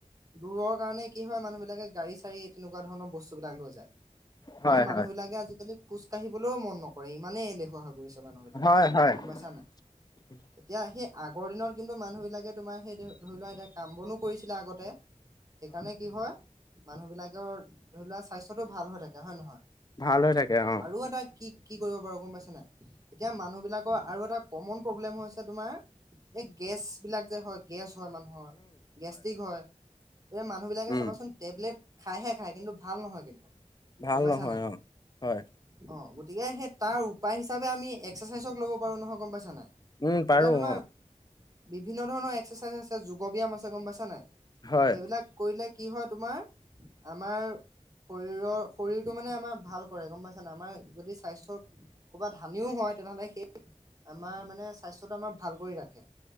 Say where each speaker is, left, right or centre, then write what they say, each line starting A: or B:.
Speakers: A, on the right (about 25°); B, on the left (about 30°).
A: দূৰৰ কাৰণে কি হয় মানুহবিলাকে গাড়ী-চাড়ী তেনেকুৱা ধৰণৰ বস্তুবিলাক লৈ যায়।
B: হয়
A: মানে মানুহবলাকে
B: হয়
A: আজিকালি খোজ কাঢ়িবলৈও মন নকৰে ইমানেই এলেহুৱা গৈছ মানুহবিলাক,
B: হয় হয়
A: গ'ম পাইছা নাই।
B: <unintelligible>
A: এতিয়া সেই আগৰ দিনত কিন্তু মানুহবিলাকে তোমাৰ সেই ধ-ধৰি লোৱা এতিয়া কাম বনো কৰিছিলে আগতে। সেইকাৰণে কি হয় মানুহবিলাকৰ ধৰি লোৱা স্বাস্থ্যটো ভাল হৈ থাকে হয় নহয়।
B: ভাল হৈ থাকে অ'।
A: আৰু এটা কি কৰিব পাৰোঁ গ'ম পাইছা নাই, এতিয়া মানুহ বিলাকৰ আৰু এটা কমন প্ৰব্লেম হৈছে তোমাৰ এই গেছ বিলাক যে হয় গেছ হয় মানুহৰ, গেষ্টিক হয়। এই মানুহবিলাকে
B: উম
A: চাবা চোন টেব <unintelligible> খাইহে খাই কিন্তু ভাল নহয় কিন্তু।
B: ভাল
A: গম পাইছা
B: নহয়
A: নাই
B: অ' হয়।
A: অ গতিকে সেই তাৰ উপায় হিচাপে আমি এক্সাৰচাইজক ল'ব পাৰোঁ নহয় গ'ম পাইছা নাই।
B: উম, পাৰোঁ
A: এতিয়া তোমাৰ
B: অ'।
A: বিভিন্ন ধৰণৰ এক্সাৰচাইজ আছে যোগ ব্যায়াম আছে গ'ম পাইছা নাই,
B: হয়
A: সেইবিলাক কৰিলে কি হয় তোমাৰ, আমাৰ শৰীৰৰ শৰীৰটো মানে আমাৰ ভাল কৰে গ'ম পাইছা নাই, আমাৰ যদি স্বাস্থ্যত ক'ৰবাত হানিও হয় তেনেহ'লে সেই আমাৰ মানে স্বাস্থ্যতো আমাৰ ভাল কৰি ৰাখে।